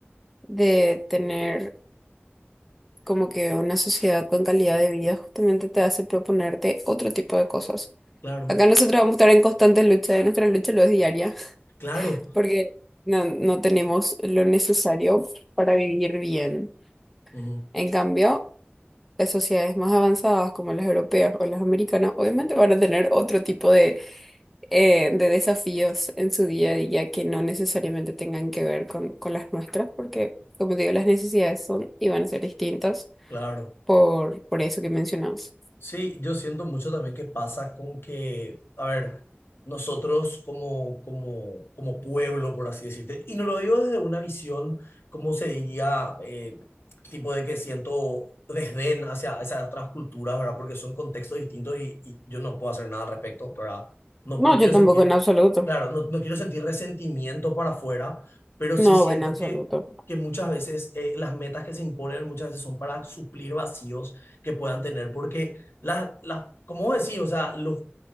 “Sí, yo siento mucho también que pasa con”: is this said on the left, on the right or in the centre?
Left